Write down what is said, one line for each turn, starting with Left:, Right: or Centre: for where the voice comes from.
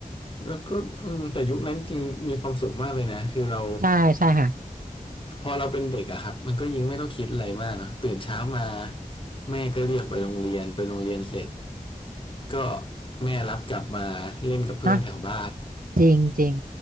Left: แล้วก็อืมแต่ยุคนั้นจริงมีความสุขมากเลยนะคือเรา
Right: ใช่ใช่ค่ะ
Left: พอเราเป็นเด็กอะครับมันก็ยิ่งไม่ต้องคิดอะไรมากเนอะตื่นเช้ามาแม่ก็เรียกไปโรงเรียนไปโรงเรียนเสร็จก็แม่รับกลับมาเล่นกับเพื่อนแถวบ้าน
Right: เนะจริงจริง